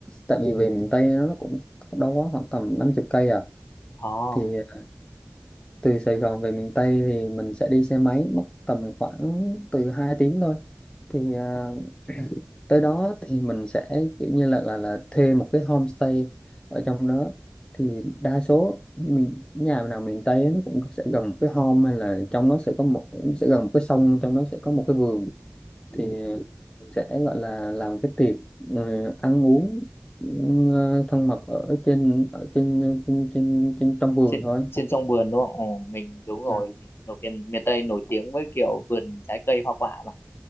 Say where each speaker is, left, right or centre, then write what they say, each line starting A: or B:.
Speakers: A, on the left; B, on the left.
A: tại vì về miền Tây nó cũng đâu quá khoảng tầm 50 cây à
B: Oh,
A: thì à, từ Sài Gòn về miền Tây thì mình sẽ đi xe máy mất tầm khoảng từ 2 tiếng thôi thì à, tới đó thì mình sẽ kiểu như là là là thuê một cái homestay ở trong đó thì đa số mình nhà nào miền Tây á, nó cũng sẽ gần một cái home hay là trong nó sẽ có một sẽ gần một cái sông trong nó sẽ có một cái vườn thì sẽ gọi là làm cái tiệc ừ, ăn uống ừ, thân mật ở trên ở trên trên trên, trên trong vườn
B: Trên
A: thôi
B: trên sông vườn đúng không? Ồ, mình đúng rồi,
A: ừ.
B: mình ở miền miền Tây nổi tiếng với kiểu vườn trái cây hoa quả mà.